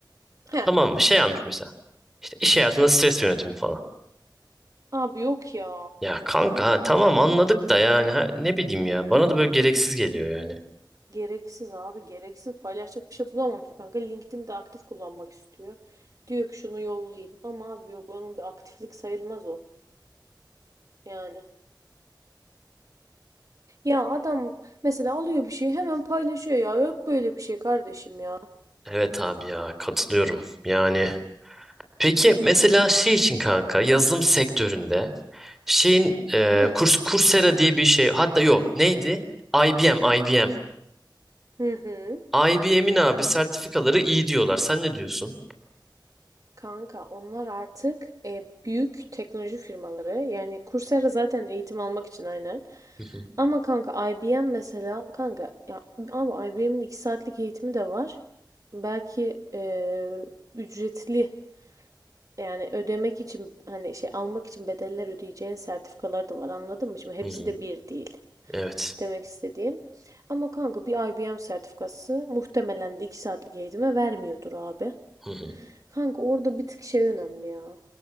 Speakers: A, on the right; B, in the centre.
A: Heh.
B: tamam mı? Şey almış mesela. İşte iş hayatında stres yönetimi falan.
A: Abi yok ya.
B: Ya kanka ha, tamam anladık da yani ha, ne bileyim ya bana
A: Bu da
B: da böyle gereksiz geliyor yani.
A: gereksiz abi. Gereksiz paylaşacak bir şey bulamamış kanka. LinkedIn'de aktif kullanmak istiyor. Diyor ki şunu yollayayım. Ama abi yok onun bir aktiflik sayılmaz o. Yani. Ya adam mesela alıyor bir şeyi hemen paylaşıyor ya. Yok böyle bir şey kardeşim ya.
B: Evet abi ya katılıyorum. Yani peki mesela şey için kanka yazılım sektöründe şeyin e,
A: Hı.
B: kurs Coursera diye bir şey hatta yok neydi? IBM IBM.
A: Hı hı.
B: IBM'in abi sertifikaları iyi diyorlar. Sen ne diyorsun?
A: Kanka onlar artık e, büyük teknoloji firmaları. Yani Coursera zaten eğitim almak için aynen.
B: Hı hı,
A: Ama kanka IBM mesela kanka ya abi IBM'in 2 saatlik eğitimi de var. Belki e, ücretli yani ödemek için hani şey almak için bedeller ödeyeceğin sertifikalar da var anladın mı? Şimdi hepsi
B: hı hı.
A: de bir değil.
B: Evet.
A: Demek istediğim. Ama kanka bir IBM sertifikası muhtemelen de 2 saatlik eğitime vermiyordur abi.
B: Hı hı,
A: Kanka orada bir tık şey önemli ya.